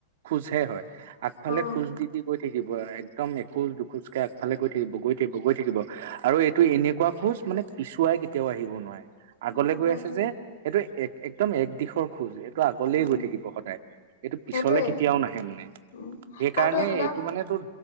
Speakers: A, on the right (about 60°); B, on the left (about 75°).
A: খোজহে হয়। আগফালে
B: অ
A: খোজ দি দি গৈ থাকিব একদম এখো দুখোজকে আগফালে গৈ থাকিব গৈ থাকিব গৈ থাকিব। আৰু এইটো
B: উম
A: এনেকুৱা খোজ মানে পিছুৱাই কেতিয়াও আহিব নোৱাৰে। আগলে
B: উম
A: গৈ
B: সেইটোৱে
A: আছে যে, এইটো এক একদম এক দিশৰ খোজ, এইটো আগলেই
B: উম
A: গৈ থাকিব সদায়। এইটো পিছলে
B: সেইটোৱে
A: কেতিয়াও নাহে মানে।
B: উম
A: সেইকাৰণে
B: আৰুতো এনেকুৱা
A: এইটো মানে তোৰ